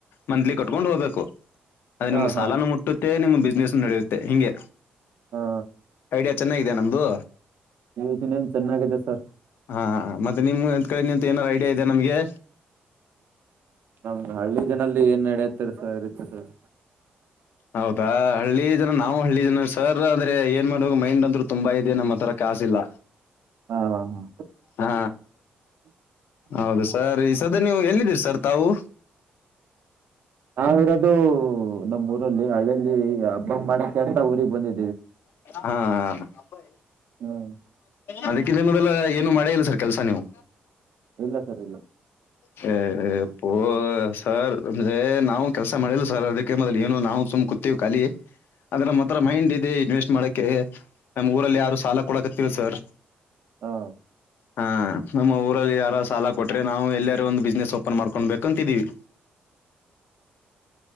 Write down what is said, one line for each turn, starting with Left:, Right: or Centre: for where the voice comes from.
Left: ಮಂತ್್ಲಿ ಕಟ್ಕೊಂಡು ಹೋಗ್ಬೇಕು ಅದ
Right: ಹಾ
Left: ನಿಮ್
Right: ಹಾ
Left: ಸಾಲಾನ ಮುಟ್ಟುತ್ತೆ ನಿಮ್ಮ್ ಬಿಸ್ನೆಸ್ ನಡೆಯುತ್ತೆ ಹಿಂಗೆ
Right: ಹಾ
Left: ಡಿಯ ಚೆನ್ನಾಗಿದೆ ನಮ್ದು
Right: ಯಜ ನ್ ಚೆನ್ನಾಗಿದೆ ಸರ್
Left: ಹಾ ಮತ್ತೆ ನಿಮ್ ಎ್ ಕಡೆ ನಿ ಏನಾದ್ ಐಡಿಯಾ ಇದೆ ನಮ್ಗೆ
Right: ನಮ್ ಹಳ್ಳಿ ಜನಲ್ಲಿ ಏನ್ ನಡೆಯತಾರೆ ಸ ಇರುತ್ತ ಸರ್
Left: ಹೌದಾ ಹಳ್ಳಿ ಜನ ನಾವು ಹಳ್ಳಿ ಜನ ಸರ್ ಅಂದ್ರೆ ಏನ್ ಮಾಡ್ಬೇಕ ಮೈಂಡ್ ಅಂದ್ರು ತುಂಬಾ ಇದೆ ನಮ್ಮ ಹತ್ರರ ಕಾಸಿಲ್ಲ
Right: ಹಾ ಹಾ ಹಾ
Left: ಹ ಹೌದು ಸರಿ ಸದ ನೀವು ಎಲ್ಲಿದ್ದೀರಿ ಸರ್ ತಾವು
Right: ನಾವ ಇರೋದು ನಮ್ಮ್ ಊರಲ್ಲಿ ಹಳ್ಳಲ್ಲಿ ಹಬ್ಬ ಮಾಡಕ್ಕೆ ಅಂತ ಊರಿಗೆ ಬಂದಿ
Left: ಹಾ ಅ
Right: ಹ್ಮ್
Left: ಅದಕ್ಕಿಂತ ಮೊದಲ ಏನು ಮಾಡೇ ಇಲ್ಲ ಸರ್ ಕೆಲ್ಸ ನೀವು
Right: ಇಲ್ಲ ಸರ್ ಇಲ್ಲ
Left: ಹ ಇಪ್ಪ ಸರ್ ಅಂದ್ರೆ ನಾವು ಕೆಲಸ ಮಾಡಿಲ್ಲ ಸರ್ ಅದಕ್ಕೆ ಮೊದಲು ಏನು ನಾವು ಸುಮ್ ಕೂತೀವಿ ಖಾಲಿ ಆದದ್ರ ನಮ್ಮ ಹತ್ರ ಮೈಂಡ್ ಇದೆ ಇನ್ವೆಸ್ಟ್ ಮಾಡಕ್ಕೆೆ ನಮ್ ಊರಲ್ಲಿ ಯಾರು ಸಾಲ ಕೊಡಕತ್ತಿಲ್ಲ ಸರ್
Right: ಹಾ
Left: ಹಾ ನಮ್ಮ ಊರಲ್ಲಿ ಯಾರೋ ಸಾಲ ಕೊಟ್ರೆ ನಾವು ಎಲ್ಲಾರೂ ಒಂದು ಬಿಸ್ನೆಸ್ ಓಪನ್ ಮಾಡ್ಕೊಂಡ್ಬೇಕು ಕಂತಿದಿವಿ